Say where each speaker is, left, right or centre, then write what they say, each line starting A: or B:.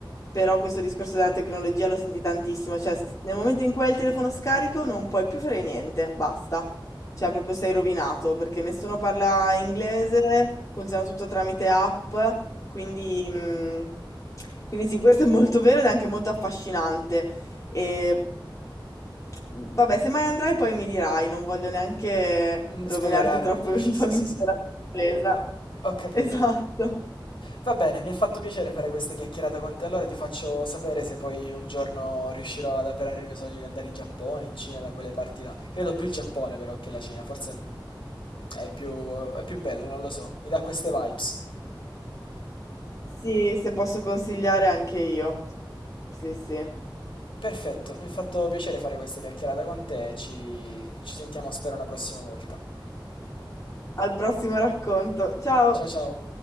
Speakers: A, on the left (about 40°); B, on the left (about 85°).
A: però questo discorso della tecnologia lo senti tantissimo, cioè s- nel momento in cui hai il telefono scarico non puoi più fare niente, basta, cioè proprio sei rovinato perché nessuno parla inglese, funziona tutto tramite app, quindi, mm, quindi sì, questo è molto vero ed è anche molto affascinante. E mm, vabbè, se mai andrai poi mi dirai, non voglio neanche
B: Mm,
A: rovinarti
B: Spoilerarmi,
A: troppo
B: dici?
A: <laughs> eventualmente
B: Sì, sì, sì.
A: la sorpresa.
B: Ho, ho capito.
A: Esatto.
B: Va bene, mi ha fatto piacere fare questa chiacchierata con te. Allora ti faccio sapere se poi un giorno riuscirò ad avverare il mio sogno di andare in Giappone, in Cina, da quelle parti là. Credo più il Giappone però che la Cina. Forse mm, è più, è più bello, non lo so. Mi dà queste vibes.
A: Sì, se posso consigliare anche io. Sì, sì.
B: Perfetto, mi ha fatto piacere fare questa chiacchierata con te. Ci, ci sentiamo, spero, una prossima volta.
A: Al prossimo racconto. Ciao!
B: Ciao ciao.